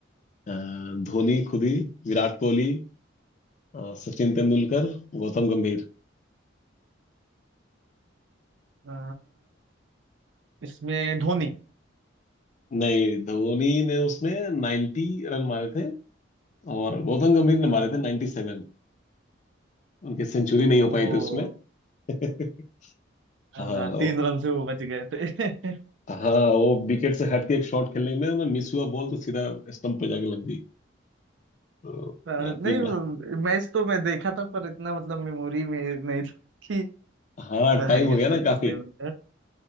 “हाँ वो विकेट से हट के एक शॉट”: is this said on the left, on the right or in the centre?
Left